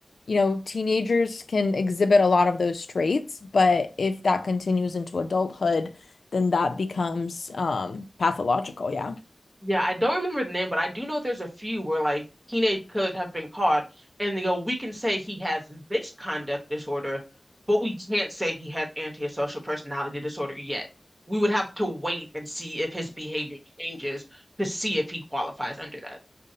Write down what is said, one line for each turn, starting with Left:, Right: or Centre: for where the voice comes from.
Left: you know, teenagers can exhibit a lot of those traits, but if that continues into adulthood, then that becomes um pathological. Yeah.
Right: Yeah, I don't remember the name, but I do know there's a few where like teenage killers have been caught and they go, we can say he has this conduct disorder, but we can't say he has antisocial personality disorder yet. We would have to wait and see if his behavior changes to see if he qualifies under that.